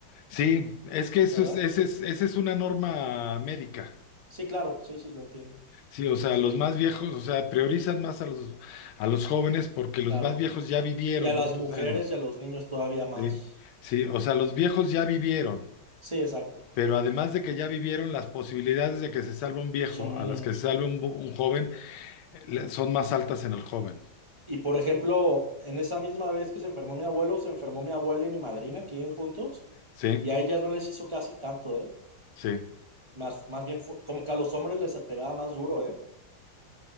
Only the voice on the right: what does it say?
¿verdad?
Sí, claro. Sí, sí, lo entiendo.
Sí,
claro.
Y a las
mujeres
y a los niños todavía más.
Sí, exacto.
Son
mínimas.
Y por ejemplo, en esa misma vez que se enfermó mi abuelo, se enfermó mi abuela y mi madrina, que viven juntos,
y a ellas no les hizo casi tanto, ¿eh?
Más, más bien fue como que a los hombres les pegaba más duro, ¿eh?